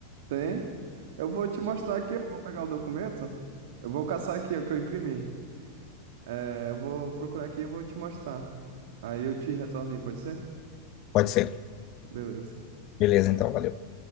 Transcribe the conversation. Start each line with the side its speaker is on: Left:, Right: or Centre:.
Right: Tem. Eu vou te mostrar aqui, eu vou pegar o documento. Eu vou caçar aqui o que eu imprimi. É, eu vou procurar aqui e vou te mostrar. Aí eu te retorno aí, pode ser?
Left: Pode ser.
Right: Beleza.
Left: Beleza, então, valeu.